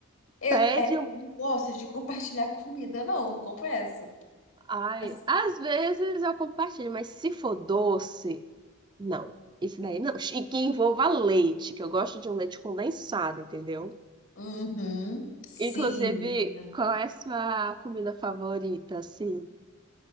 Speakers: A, on the left; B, on the right.
A: Eu,
B: Pede
A: é,
B: um.
A: eu não gosto de compartilhar <laughs> comida, não, confesso.
B: Ai,
A: Mas-
B: às vezes eu compartilho, mas se for doce, não. Isso daí não. E que envolva leite, que eu gosto de um leite condensado, entendeu?
A: Uhum. Sim,
B: Inclusive,
A: menina.
B: qual é a sua comida favorita, assim?